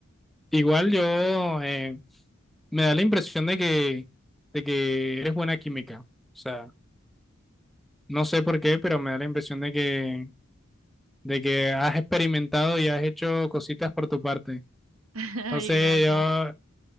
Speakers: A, in the centre; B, on the right.
A: Igual yo eh, me da la impresión de que, de que eres buena química. O sea, no sé por qué, pero me da la impresión de que, de que has experimentado y has hecho cositas por tu parte.
B: <laughs> Ay,
A: Entonces,
B: gracias.
A: yo,